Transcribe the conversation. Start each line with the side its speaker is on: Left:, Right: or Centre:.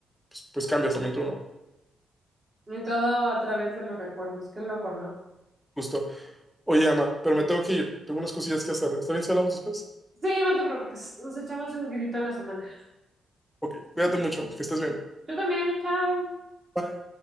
Centre: pues, pues cambias también tú, ¿no?
Right: Y todo a través de los recuerdos. Qué loco, ¿no?
Centre: Justo. Oye, Ama, pero me tengo que ir. Tengo unas cosillas que hacer. ¿Está bien si hablamos después?
Right: Sí, no te preocupes. Nos echamos un grito en la semana.
Centre: Ok, cuídate mucho, que estés bien.
Right: Tú también, chao.
Centre: Bye.